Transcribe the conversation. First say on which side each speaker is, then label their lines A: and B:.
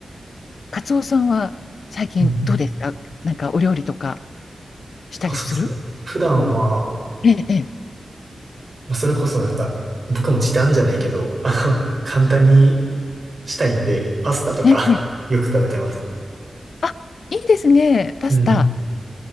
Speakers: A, on the left; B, on the right.
A: カツオさんは最近どうですかなんかお料理とか
B: うん。<laughs>
A: したりする自分で。
B: あ、そうですね。普段は、
A: ええ、え
B: まあそれこそなんか、僕も時短じゃないけど、あの、簡単にしたいんで、パスタとか
A: え、ええ。
B: <laughs> よく食べてます。
A: あ、いいですね。パスタ。
B: うん。